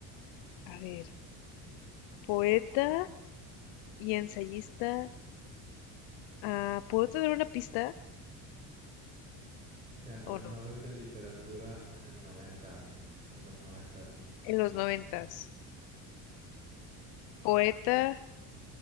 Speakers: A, on the left; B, on the right.
A: A ver, poeta y ensayista. Ah, ¿puedo tener una pista
B: Ganó
A: o
B: el
A: no?
B: Nobel de Literatura en el 90, en los noventas.
A: En los noventas. Poeta